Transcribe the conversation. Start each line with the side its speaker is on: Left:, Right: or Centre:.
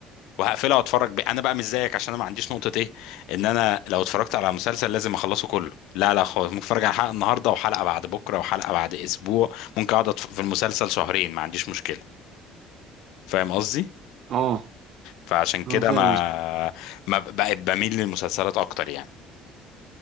Left: وهقفلها واتفرج بيه انا بقى مش زيك عشان انا ما عنديش نقطه ايه ان انا لو اتفرجت على مسلسل لازم اخلصه كله لا لا خالص ممكن اتفرج على حلقه النهارده وحلقه بعد بكره وحلقه بعد اسبوع ممكن اقعد أتف- في المسلسل شهرين ما عنديش مشكله فاهم قصدي
Right: اه
Left: فعشان كده
Right: اه فاهم
Left: ما
Right: قصدك
Left: ما ب- بقيت بميل للمسلسلات اكتر يعني